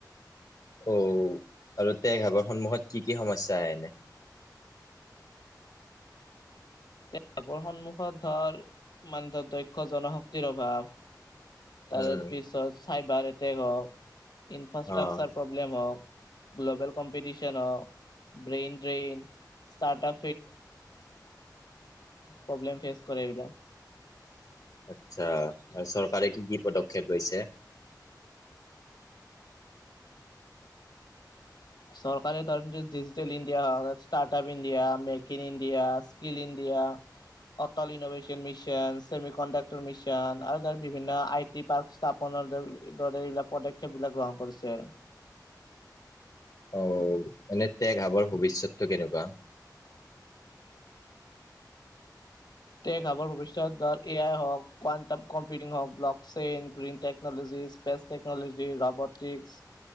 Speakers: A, on the left; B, on the left.
A: অ, আৰু টেগহাবৰ সন্মুখত কি কি সমস্যা আহে এনে?
B: টেগহাবৰ সন্মুখত ধৰ মানে ধৰ দক্ষ জনশক্তিৰ অভাৱ। তাৰে
A: উম,
B: পিছত চাইবাৰ এটেগ হওক ইনফ্ৰাষ্ট্ৰাকচাৰ
A: অ',
B: প- প্ৰব্লেম হওক, গ্লবেল কম্পিটিশন হওক - <unintelligible> যে আৰু প্ৰব্লেম ফেচ কৰে এইবিলাক-
A: আচ্ছা আৰু চৰকাৰে কি কি পদক্ষেপ লৈছে।
B: চৰকাৰী তৰদি ডিজিটেল ইণ্ডিয়া হওক startup India make in India skill India- Atal innovation mission semiconductor mission আৰু ধ বিভিন্ন আই টি পাৰ্ক স্থাপনৰ দৰে এইবিলাক পদক্ষেপ বিলাক গ্ৰহণ কৰিছে আৰু-
A: অ এনে তে গাবৰ ভৱিষ্যতটো কেনেকুৱা।
B: টেক হাৱৰ ভৱিষ্যত ধৰক এ আই হওক কোৱানণ্টাম কম্পিউটিং হওক blockchain green technologies space technology robotics